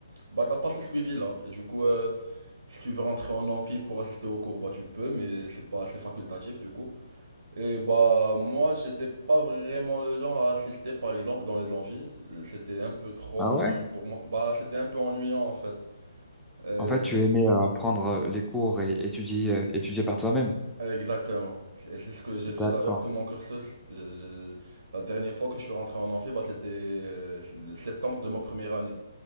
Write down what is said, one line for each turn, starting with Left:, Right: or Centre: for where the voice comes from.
Right: bah, t'as pas ce suivi-là. Et du coup, euh, si tu veux rentrer en amphi pour assister au cours, bah tu peux, mais c'est pas assez facultatif du coup. Et bah moi j'étais pas vraiment le genre à assister par exemple dans les amphis, c'était un peu trop
Centre: Ah
Right: ennuyant
Centre: ouais?
Right: pour moi. Bah c'était un peu ennuyant en fait. Euh,
Centre: En fait, tu aimais euh, prendre euh, les cours et étudier, euh, étudier par toi-même.
Right: exactement. Et c'est ce que j'ai
Centre: D'accord.
Right: fait d'ailleurs tout mon cursus. Je- je- La dernière fois que je suis rentré en amphi, bah c'était euh, le septembre de ma première année.